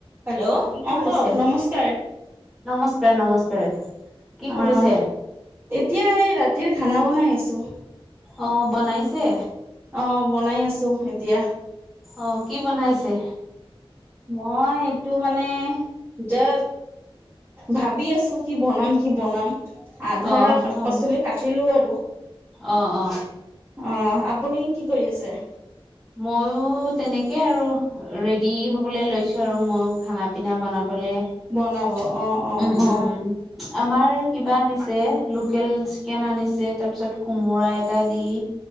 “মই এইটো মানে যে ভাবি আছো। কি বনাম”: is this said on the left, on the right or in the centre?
Right